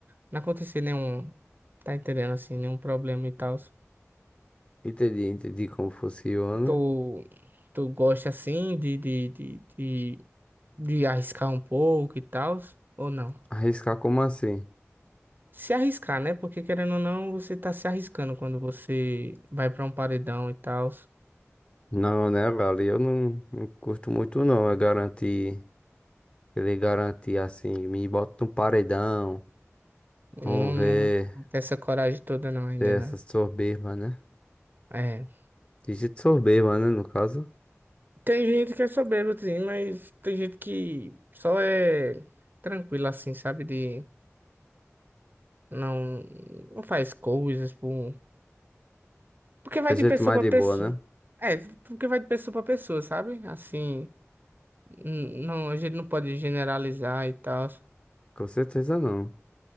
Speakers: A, on the right; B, on the left.
A: não acontecer nenhum, tá entendendo assim, nenhum problema e tal.
B: Entendi, entendi como funciona.
A: Tu, tu gosta assim de, de, de, de, de arriscar um pouco e tal, ou não?
B: Arriscar como assim?
A: Se arriscar, né? Porque querendo ou não, você tá se arriscando quando você vai para um paredão e tal.
B: Não, né, velho? Eu não, não curto muito, não. É garantir, ele garantir assim, me bota num paredão.
A: Não,
B: Vamos ver
A: não tem essa coragem toda não ainda,
B: se essas
A: né?
B: soberba, né?
A: É.
B: De jeito soberba, né, no caso.
A: Tem gente que quer saber, Lutzinho, mas tem gente que só é tranquila assim, sabe? De não, não faz coisas por... Porque vai
B: É jeito
A: de pessoa
B: mais
A: pra
B: de
A: pessoa.
B: boa, né?
A: É, porque vai de pessoa pra pessoa, sabe? Assim, n- não, a gente não pode generalizar e tal.
B: Com certeza não.